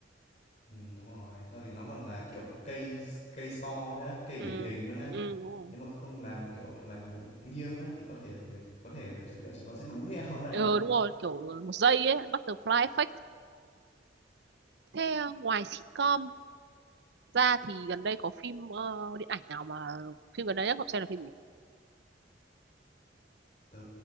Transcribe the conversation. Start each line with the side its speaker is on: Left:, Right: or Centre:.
Left: ừm, đúng rồi, sau thì nó còn là, kiểu, cây cây store nữa cây
Right: ừ
Left: điển hình luôn á.
Right: ừ đúng rồi
Left: Nếu mà không làm, kiểu, làm, kiểu, nghiêm á thì có thể người có thể là chúng, kiểu, chúng nó sẽ đú <laughs> theo nó làm
Right: ừ
Left: ấy.
Right: đúng rồi kiểu ờ, một giây ấy butterfly effect Thế ờ, ngoài sitcom ra thì gần đây có phim ờ, điện ảnh nào mà phim gần đây nhất Ngọc xem là phim gì?
Left: Tớ